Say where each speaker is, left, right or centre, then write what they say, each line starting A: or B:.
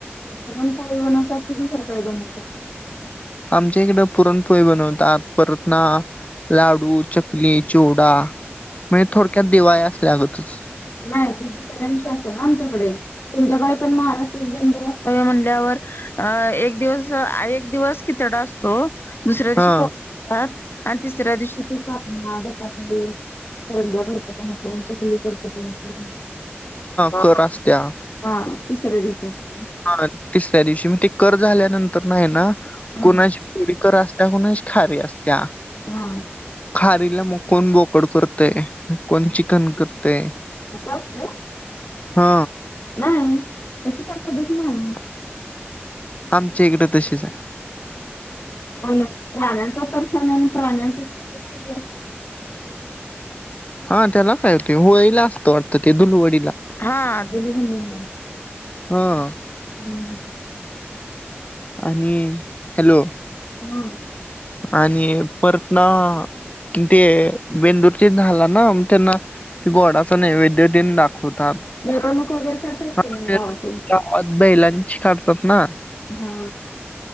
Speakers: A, on the left (about 60°); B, on the left (about 35°).
A: पुरणपोळी बनवतात की दुसरं काही बनवतात?
B: आमच्या इकडं पुरणपोळी बनवतात परत ना लाडू, चकली, चिवडा म्हणजे थोडक्यात दिवाळी असल्यागतच.
A: नाही ते दुसऱ्या दिवशी असत ना आमच्याकडे. तुमच्याकडे पण महाराष्ट्र बेंदूर असतंय म्हणल्यावर अ एक दिवस एक दिवस खिचडा असतो, दुसऱ्या दिवशी
B: हा
A: पो आणि तिसऱ्या दिवशी ती कापन्या, धपाटे करंजा करतो, कोण चकली करतो कोण कोण हा
B: कर
A: का?
B: असत्या
A: तिसऱ्या दिवशी असतं ते.
B: ह तिसऱ्या दिवशी, म ते कर झाल्यानंतर हाय ना,
A: हा
B: कुणाची थोडी कर असल्याव नाय श खरी असत्या.
A: हा.
B: खारीला मग कोण गोकड करते कोण चिकन करतेय.
A: असं वाटतंय.
B: हा.
A: नाही तशी काही पद्धत नाही.
B: आमचे इकडे तशीच आहे.
A: पण प्राण्यांचा तरसा नाही आणि प्राण्यांचच कसं खयचं.
B: हा त्याला काय होते होळीला असतं वाटतं ते दुलवडीला.
A: हा दिली म्हणजे.
B: हा.
A: हम.
B: आणि हॅलो.
A: हम.
B: आणि परत ना ते बेंदूरचे झाला ना त्यांना. त बोडाच नैवेद्य दिन दाखवतात.
A: मिरवणूक वगैरे करतात
B: हा
A: की नाही गावातून?
B: अबाई लंच काढतात ना.
A: हा.